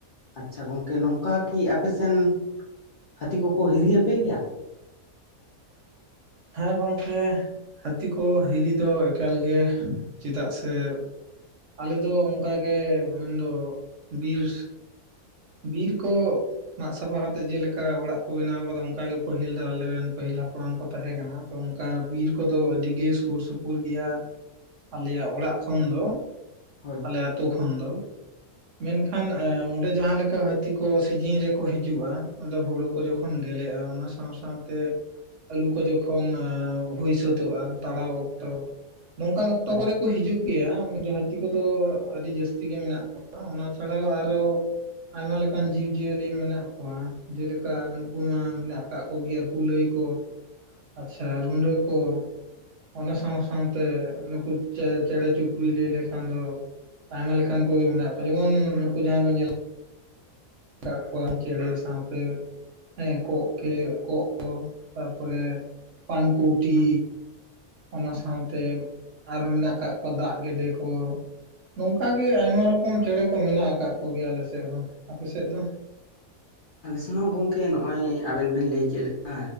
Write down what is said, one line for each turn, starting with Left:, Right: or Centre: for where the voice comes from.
Left: ᱟᱪᱪᱷᱟ ᱜᱚᱝᱠᱮ ᱱᱚᱝᱠᱟ ᱠᱤ ᱟᱯᱮ ᱥᱮᱱ ᱦᱟᱹᱛᱤ ᱠᱚᱠᱚ ᱦᱤᱨᱤ ᱟᱯᱮ ᱜᱮᱭᱟ?
Right: ᱦᱮᱸ ᱜᱚᱝᱠᱮ, ᱦᱟᱹᱛᱤ ᱠᱚ ᱦᱤᱨᱤ ᱫᱚ ᱮᱠᱟᱞ ᱜᱮ ᱪᱮᱫᱟᱜ ᱥᱮ ᱟᱞᱮ ᱫᱚ ᱚᱝᱠᱟ ᱜᱮ ᱢᱮᱱᱫᱚ ᱵᱤᱨ ᱵᱤᱨ ᱠᱚ ᱢᱟᱜᱽ ᱥᱟᱯᱷᱟ ᱠᱟᱛᱮᱜ ᱡᱮᱞᱮᱠᱟ ᱚᱲᱟᱜ ᱠᱚ ᱵᱮᱱᱟᱣ ᱟᱠᱟᱫᱟ ᱚᱝᱠᱟ ᱜᱮ ᱯᱟᱹᱦᱤᱞ ᱫᱚ ᱟᱞᱮ ᱨᱮᱱ ᱯᱟᱹᱦᱤᱞ ᱦᱟᱯᱲᱟᱢ ᱠᱚ ᱛᱟᱦᱮᱸ ᱠᱟᱱᱟ ᱾ <unintelligible> ᱚᱝᱠᱟ ᱵᱤᱨ ᱠᱚᱫᱚ ᱟᱹᱰᱤ ᱜᱮ ᱥᱩᱨ ᱥᱩᱯᱩᱨ ᱜᱮᱭᱟ, ᱟᱞᱮᱭᱟᱜ ᱚᱲᱟᱜ ᱠᱷᱚᱱ ᱫᱚ,
Left: ᱦᱳᱭ
Right: ᱟᱞᱮ ᱟᱛᱳ ᱠᱷᱚᱱ ᱫᱚ, ᱢᱮᱱᱠᱷᱟᱱ ᱚᱸᱰᱮ ᱡᱟᱦᱟᱸ ᱞᱮ ᱠᱟ ᱦᱟᱹᱛᱤ ᱠᱚ ᱥᱤᱡᱤᱱ ᱨᱮᱠᱚ ᱦᱤᱡᱩᱜᱼᱟ, ᱟᱫᱚ ᱦᱩᱲᱩ ᱠᱚ ᱡᱚᱠᱷᱚᱱ ᱜᱮᱞᱮᱜᱼᱟ ᱚᱱᱟ ᱥᱟᱶ ᱥᱟᱶᱛᱮ ᱟᱹᱞᱩ ᱠᱚ ᱡᱚᱠᱷᱚᱱ ᱦᱩᱭ ᱥᱟᱹᱛᱟᱹᱜᱼᱟ ᱛᱟᱲᱟᱣ ᱚᱠᱛᱚ, ᱱᱚᱝᱠᱟᱱ ᱚᱠᱛᱚ
Left: ᱦᱳᱭ
Right: ᱠᱚᱨᱮ ᱠᱚ ᱦᱤᱡᱩᱜ ᱜᱮᱭᱟ ᱩᱱᱫᱚ ᱦᱟᱹᱛᱤ ᱠᱚᱫᱚ ᱟᱹᱰᱤ ᱡᱟᱹᱥᱛᱤ ᱜᱮ ᱢᱮᱱᱟᱜ ᱠᱚᱣᱟ ᱚᱱᱟ ᱪᱷᱟᱲᱟᱣ ᱟᱨᱚ ᱟᱭᱢᱟ ᱞᱮᱠᱟᱱ ᱡᱤᱵᱽ ᱡᱤᱭᱟᱹᱞᱤ ᱢᱮᱱᱟᱜ ᱠᱚᱣᱟ ᱡᱮᱞᱮᱠᱟ ᱱᱩᱠᱩ ᱢᱟ ᱢᱮᱱᱟᱜ ᱠᱟᱜ ᱠᱚ ᱜᱮᱭᱟ ᱠᱩᱞᱟᱹᱭ ᱠᱚ, ᱟᱪᱪᱷᱟ ᱨᱩᱺᱰᱟᱹ ᱠᱚ, ᱚᱱᱟ ᱥᱟᱶ ᱥᱟᱶᱛᱮ ᱱᱩᱠᱩ ᱪᱮᱬᱮ, ᱪᱮᱬᱮ ᱪᱩᱯᱲᱤᱡ ᱞᱟᱹᱭ ᱞᱮᱠᱷᱟᱱ ᱫᱚ, ᱟᱭᱢᱟ ᱞᱮᱠᱟᱱ ᱠᱚᱜᱮ ᱢᱮᱱᱟᱜ ᱠᱚᱣᱟ ᱡᱮᱢᱚᱱ ᱱᱩᱠᱩ ᱡᱟᱦᱟᱸᱭ ᱵᱚᱱ ᱧᱮᱞᱮᱜ <inaudible> ᱠᱚᱣᱟᱢ ᱪᱮᱬᱮ ᱥᱟᱶᱛᱮ ᱦᱮᱸ ᱠᱚᱸᱜ ᱠᱮ ᱠᱚᱸᱜ ᱠᱚ, ᱛᱟᱨᱯᱚᱨᱮ ᱯᱟᱱᱠᱩᱣᱴᱤ, ᱚᱱᱟ ᱥᱟᱶᱛᱮ, ᱟᱨᱦᱚᱸ ᱢᱮᱱᱟᱜ ᱠᱟᱜ ᱠᱚᱣᱟ ᱫᱟᱜ ᱜᱮᱰᱮ ᱠᱚ, ᱱᱚᱝᱠᱟ ᱜᱮ ᱟᱭᱢᱟ ᱨᱚᱠᱚᱢ ᱪᱮᱬᱮ ᱠᱚ ᱢᱮᱱᱟᱜ ᱠᱟᱜ ᱠᱚ ᱜᱮᱭᱟ ᱟᱞᱮ ᱥᱮᱫ ᱦᱚᱸ᱾ ᱛᱮᱫ ᱫᱚ᱾
Left: ᱟᱞᱮ ᱥᱮᱱ ᱜᱚᱝᱠᱮ ᱱᱚᱜᱼᱚᱭ ᱟᱵᱮᱱ ᱵᱮᱱ ᱞᱟᱹᱭ ᱠᱮᱫ ᱞᱮᱠᱟ,